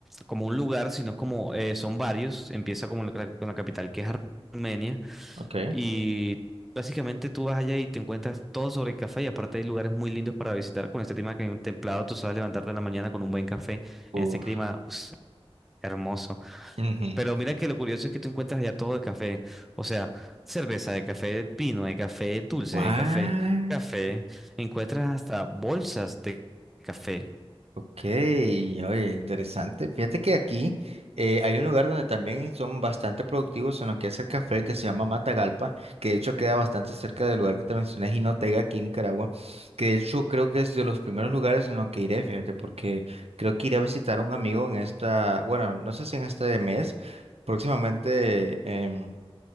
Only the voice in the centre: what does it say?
como un lugar, sino como eh, son varios. Empieza como la- con la capital que es Armenia.
Y básicamente tú vas allá y te encuentras todo sobre el café y aparte hay lugares muy lindos para visitar con este clima que hay un templado, tú sabes levantarte en la mañana con un buen café
en este clima us, hermoso.
Pero mira que lo curioso es que tú encuentras allá todo de café, o sea, cerveza de café de pino, de café dulce,
de café, café, encuentras hasta bolsas de café.